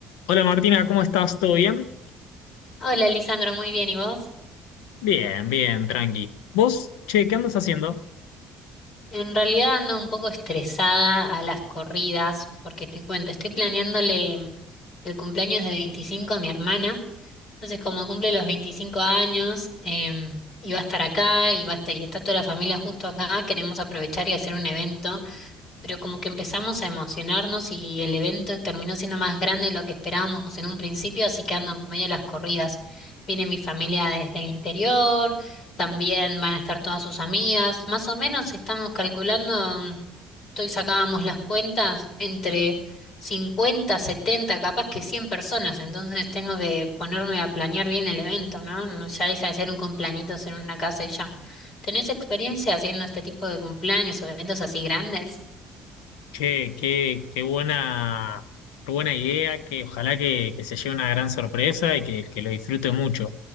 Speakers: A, on the left; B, on the left.
A: Hola Martina, ¿cómo estás? ¿Todo bien?
B: Hola, Lisandro, muy bien, ¿y vos?
A: Bien, bien, tranqui. ¿Vos, che, qué andas haciendo?
B: En realidad ando un poco estresada a las corridas, porque te cuento, estoy planeándole mm, el cumpleaños de 25 a mi hermana, entonces como cumple los 25 años, em, y va a estar acá, y va a estar- y está toda la familia justo acá, queremos aprovechar y hacer un evento pero como que empezamos a emocionarnos y el evento terminó siendo más grande de lo que esperábamos en un principio, así que ando medio a las corridas. Viene mi familia desde el interior, también van a estar todas sus amigas, más o menos estamos calculando, hoy sacábamos las cuentas entre 50, 70, capaz que 100 personas, entonces tengo que ponerme a planear bien el evento, ¿no? No, ya deja de ser un cumpleañitos en una casa y ya. ¿Tenés experiencia haciendo este tipo de cumpleaños o eventos así grandes?
A: Che, qué, qué buena, qué buena idea, que ojalá que, que se lleve una gran sorpresa y que, que lo disfrute mucho.